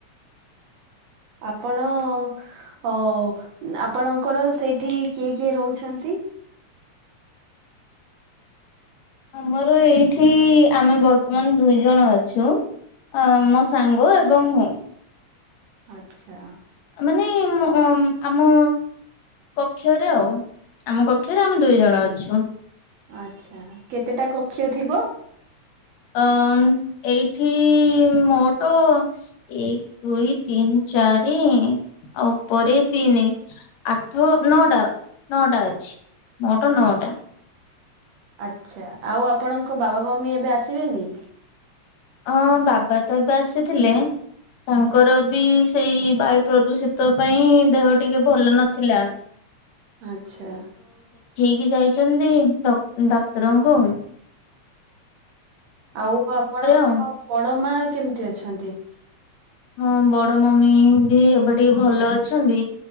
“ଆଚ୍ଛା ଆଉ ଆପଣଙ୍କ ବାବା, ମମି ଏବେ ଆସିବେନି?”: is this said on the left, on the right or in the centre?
Right